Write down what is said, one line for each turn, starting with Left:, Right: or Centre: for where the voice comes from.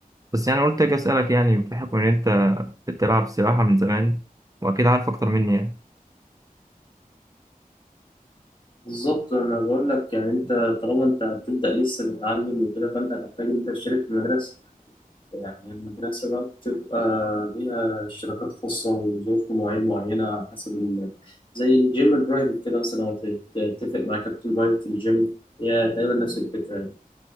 Right: بس يعني قلت أجي أسألك يعني بحكم إن أنت بتلعب سباحة من زمان وأكيد عارف أكتر مني يعني
Left: بالظبط انا بقول لك يعني انت طالما انت هتبدا لسه تتعلم وكده فانت هتحتاج ان انت تشترك في مدرسه يعني المدرسه بقى بتبقى ليها اشتراكات خاصه وظروف ومواعيد معينه على حسب ال... زي الجيم البرايفت كده مثلا لو تتفق مع كابتن برايفت الجيم هي تقريبا نفس الفكره يعني